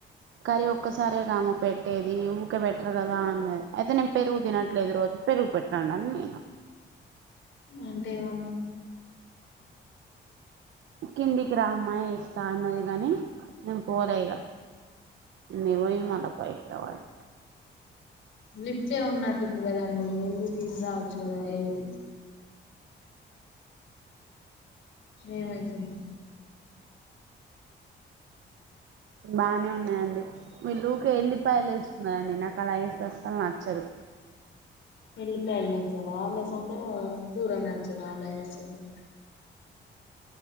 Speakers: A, on the right; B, on the left.
A: కర్రీ ఒక్కసారే కామ పెట్టేది ఊకే పేటర్ కదా అ అయితే నేను పెరుగు తినట్లేదు రోజు పెరుగు పెట్టండి అని నేను
B: అంటే ఏమన్న
A: కిందికి రా అమ్మ వేస్తా అన్నది కాని నేను పోలేయిగా నేవోయి మళ్ళ పైకి రావాలే
B: లిఫ్ట్ ఉన్నట్టుంది కదాండి ఎళ్ళి తిని రావచ్చు కదా ఎళ్ళి ఏమయితుంది
A: బానే ఉన్నాయండి వీళ్లు ఊకె ఎళ్ళి ఉల్లిపాయలు వేస్తున్నాండి నాకు అలా ఏస్తే అసలు నచ్చదు
B: వెళ్లిపాయలు నచ్చవ లేకుంటే కూర నచ్చద అలా ఏసింది